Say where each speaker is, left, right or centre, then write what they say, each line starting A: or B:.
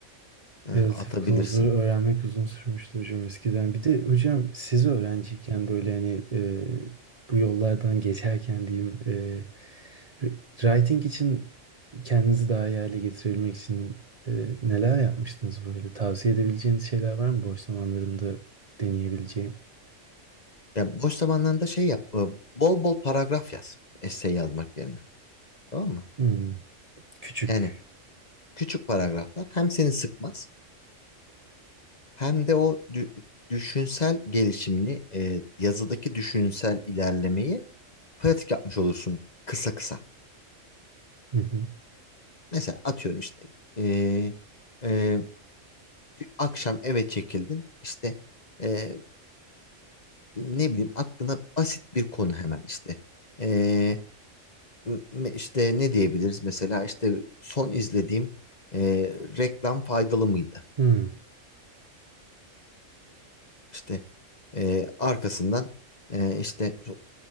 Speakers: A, on the left; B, on the right.
A: e,
B: Relative
A: atabilirsin.
B: clause'ları öğrenmek uzun sürmüştü hocam eskiden. Bir de hocam siz öğrenciyken böyle hani e, bu yollardan geçerken diyeyim e, r- writing için kendinizi daha iyi hale getirebilmek için e, neler yapmıştınız böyle? Tavsiye edebileceğiniz şeyler var mı boş zamanlarımda deneyebileceğim?
A: Ya boş zamanlarında şey yap, e, bol bol paragraf yaz, essay yazmak yerine. Tamam mı?
B: Hmm, küçük.
A: Yani küçük paragraflar hem seni sıkmaz hem de o dü- düşünsel gelişimini, e, yazıdaki düşünsel ilerlemeyi pratik yapmış olursun kısa kısa.
B: Hı hı.
A: Mesela atıyorum işte eee, eee, akşam eve çekildin işte eee, ne bileyim aklına basit bir konu hemen işte Eee, m- m- işte ne diyebiliriz mesela işte son izlediğim eee, reklam faydalı mıydı?
B: Hmm,
A: İşte e, arkasından e, işte